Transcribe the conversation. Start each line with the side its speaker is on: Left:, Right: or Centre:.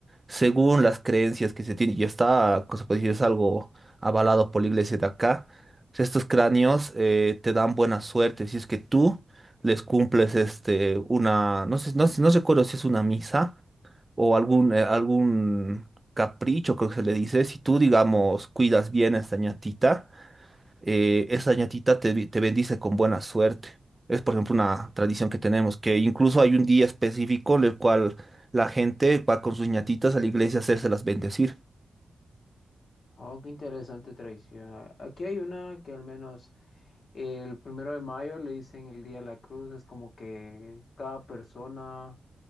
Right: según las creencias que se tienen. Y está, cosa se puede decir, es algo avalado por la iglesia de acá. Estos cráneos eh, te dan buena suerte si es que tú les cumples este, una, no sé, no, sé- no recuerdo si es una misa o algún, eh, algún capricho, creo que se le dice, si tú, digamos, cuidas bien a esta ñatita eh, esa ñatita te, te bendice con buena suerte. Es, por ejemplo, una tradición que tenemos, que incluso hay un día específico en el cual la gente va con sus ñatitas a la iglesia a hacérselas bendecir.
Left: Oh, qué interesante tradición. A- Aquí hay una que al menos el primero de mayo le dicen el Día de la Cruz. Es como que cada persona